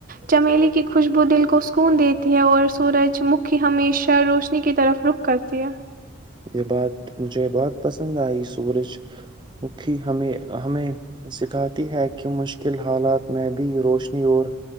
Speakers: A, on the right (about 40°); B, on the right (about 20°).
A: چمیلی کی خوشبو دل کو سکون دیتی ہے اور سورج مکھی ہمیشہ روشنی کی طرف رخ کرتی ہے
B: یہ بات مجھے بہت پسند آئی سورج مکھی ہمیں ہمیں سکھاتی ہے کہ مشکل حالات میں بھی روشنی اور